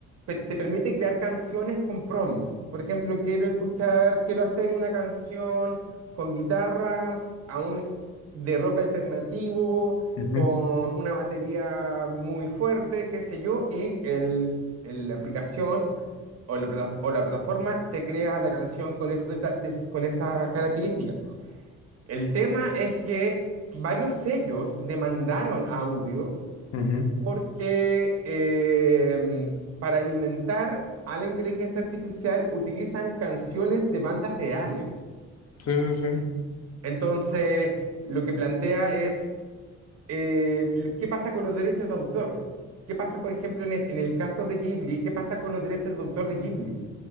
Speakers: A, on the right (about 55°); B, on the left (about 55°).
A: pe- te permite crear canciones con prompts. Por ejemplo, quiero escuchar, quiero hacer una canción con guitarras aún de rock alternativo,
B: ujú,
A: con una batería muy fuerte, qué sé yo, y el, el- la aplicación o la, plata- o la plataforma te crea la canción con, esos deta- des- con esas características. El tema es que varios sellos demandaron audio
B: ujú.
A: porque eh, para alimentar a la inteligencia artificial utilizan canciones de bandas reales.
B: Sí, sí, sí.
A: Entonces, lo que plantea es, eh, ¿qué pasa con los derechos de autor? ¿Qué pasa, por ejemplo, en el, en el caso de Ghibli? ¿Qué pasa con los derechos de autor de Ghibli?